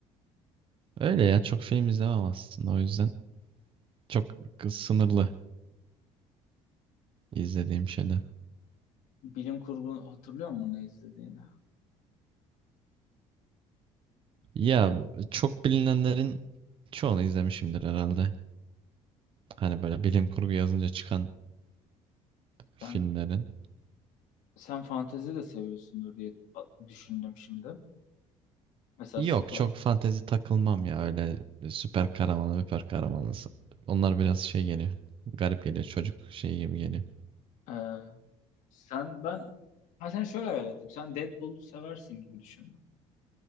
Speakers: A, on the right; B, on the left.
A: Öyle ya çok film izlemem aslında o yüzden çok kı- sınırlı izlediğim şeyler.
B: Bilim kurgu hatırlıyor musun ne izlediğini?
A: Ya çok bilinenlerin çoğunu izlemişimdir herhalde. Hani böyle bilim kurgu yazınca çıkan filmlerin.
B: Sen sen fantezi de seviyorsundur diye a- düşündüm şimdi. Mesela
A: Yok
B: Spa,
A: çok fantezi takılmam ya öyle süper kahramanlı süper kahramanlı. Onlar biraz şey geliyor. Garip geliyor çocuk şey gibi geliyor.
B: e, sen ben ha sen şöyle hayal ettim. Sen Deadpool seversin gibi düşündüm.